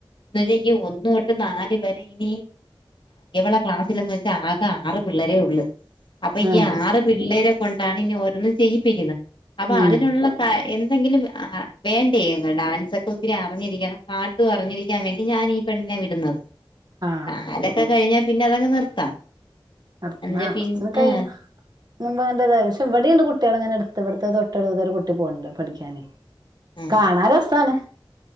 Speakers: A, on the left (about 65°); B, on the right (about 50°).
A: എന്നച്ചാ ഈ ഒന്ന് തൊട്ട് നാല് വരെ ഇനി ഇവളെ ക്ലാസ്സിലന്ന് വെച്ചാ ആകെ ആറ് പിള്ളേരേ ഉള്ള്. അപ്പ ഈ
B: ഉം
A: ആറ് പിള്ളേരെ കൊണ്ടാണ് ഇനി ഓരോന്നും ചെയ്യിപ്പിക്കുന്നത് അപ്പ
B: ഉം
A: അതിനുള്ള എന്തെങ്കിലും ആ വേണ്ടേ ഇങ്ങട്ട് ഡാൻസ ഒത്തിരി അറിഞ്ഞിരിക്കണം പാട്ടു അറിഞ്ഞിരിക്കാൻ വേണ്ടി ഞാന് ഈ പെണ്ണിനെ വിടുന്നത്
B: ആഹ്
A: <unintelligible> <unintelligible> കഴിഞ്ഞാ പിന്നെ അതങ്ങ് നിർത്താം.
B: അട്
A: എന്നുവെച്ചാ
B: ന്ന കൊർച്ചന്ന്
A: പിൻ
B: കഴിയുമ്പം
A: ആ
B: <unintelligible> പക്ഷേ ഇവിടിംണ്ട് കുട്ട്യള് ഇങ്ങനെ ഇട്ത്ത് ഇവട്ത്തേ തൊട്ടടുത്തരു കുട്ടി പോക്ണ്ട് പഠിക്കാന്.
A: ആ
B: കാണാ രസാണ്